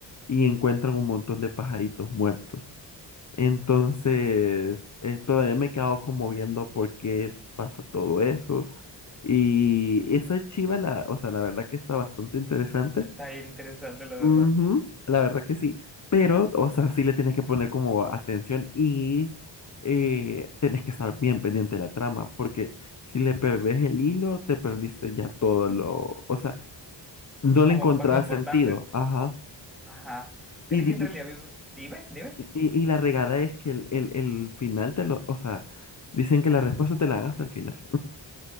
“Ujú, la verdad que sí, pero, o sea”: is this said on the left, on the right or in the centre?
Left